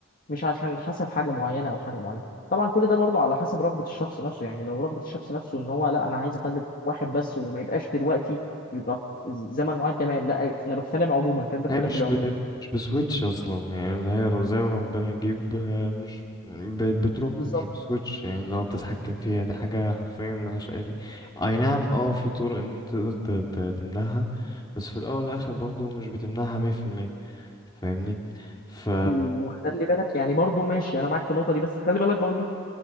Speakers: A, on the left (about 40°); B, on the left (about 20°).
A: مش عشان حسب حاجه معينه او حاجه معينه طبعا كل ده برضه على حسب رغبه الشخص نفسه يعني لو رغبه الشخص نفسه ان هو لا انا عايز اخلف واحد بس وما يبقاش دلوقتي يبقى زمن معين تمام لا انا بتكلم عموما فاهم بتكلم
B: هي مش
A: في العموم
B: ب... مش بسويتش اصلا يعني اللي هي رب- زي ما ربنا يجيب آه، مش ب... بتروح
A: بالظبط
B: مش بسويتش يعني لو بتتحكم فيها دي حاجة حرفيا ملهاش اي اي نعم اه في طرق ان انت تقدر ت... ت... تمنعها بس في الاول والاخر برضو مش بتمنعها مية في المية فاهمني ف
A: وخلي بالك يعني برضه ماشي انا معاك في النقطه دي بس خلي بالك برضه